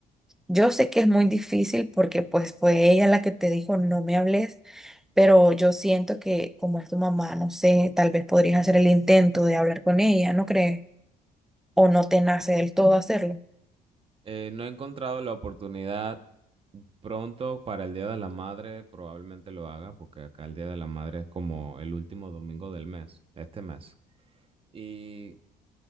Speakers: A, in the centre; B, on the right.
A: Yo sé que es muy difícil porque pues fue ella la que te dijo no me hables, pero yo siento que como es tu mamá, no sé, tal vez podrías hacer el intento de hablar con ella, ¿no crees? O no te nace del todo hacerlo.
B: Eh, no he encontrado la oportunidad pronto para el Día de la Madre, probablemente lo haga porque acá el Día de la Madre es como el último domingo del mes, este mes. Y